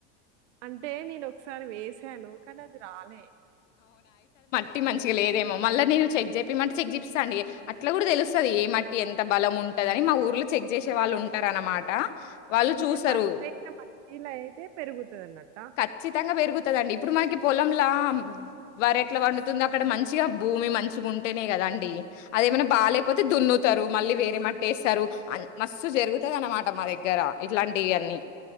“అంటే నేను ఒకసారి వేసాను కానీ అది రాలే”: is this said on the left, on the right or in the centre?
Right